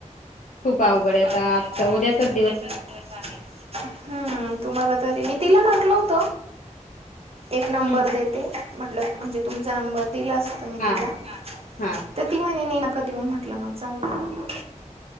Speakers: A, on the left; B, on the right.
A: खूप आवघड आहे
B: खूप
A: आता
B: आवघड
A: आजचा उद्याचाच
B: उद्याचा दिवस आहे हम्म तुम्हाला तरी मी तिला म्हटलं होत एक नंबर
A: हम्म.
B: देते म्हटल म्हणजे तुमचा नंबर दिलास मी
A: हां,
B: तला
A: हां.
B: तर ती म्हणे न नका देऊ म्हटलं मग जाऊ दे